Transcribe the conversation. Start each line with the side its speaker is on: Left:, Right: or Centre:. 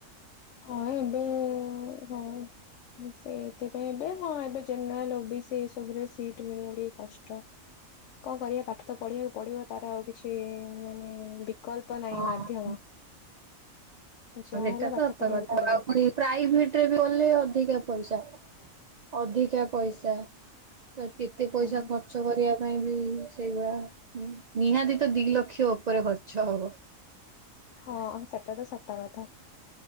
Left: ହଁ ଏବେ-ଏ-ଏ-ଏ ହଁ। ମୁଁ ସେଇଥିପାଇଁ ଏବେ ହଁ ଏବେ ଜେନେରାଲ୍ ଓବିସି ଏ ସବୁରେ ସିଟ୍ ମିଳିବା ଟିକେ କଷ୍ଟ। କଣ କରିବା ପାଠ ତ ପଢିବାକୁ ପଡିବ, ତାର ଆଉ କିଛି ମାନେ ବି କଳ୍ପ ନାହିଁ
Right: ହଁ
Left: ମାଧ୍ୟମ, ଯାହା
Right: ସେଟା
Left: ହେଲେ ପାଠ
Right: ସତ
Left: ପଢିବାକୁ
Right: ତ କଥା
Left: ପଡିବ।
Right: ଆଉ ପୁଣି ପ୍ରାଇଭେଟ୍ ରେ ବି କଲେ ଅଧିକା ପଇସା। ଅଧିକା ପଇସା, ତ କେତେ ପଇସା
Left: ହୁଁ
Right: ଖର୍ ର୍ଚ କରିବା ପାଇଁ ବି ସେଇଗରା ନିହାତି ତ ଦି ଲକ୍ଷ ଉପରେ ଖର୍ଚ୍ଚ ହବ।
Left: ହଁ ସେଟା ତ ସତ କଥା,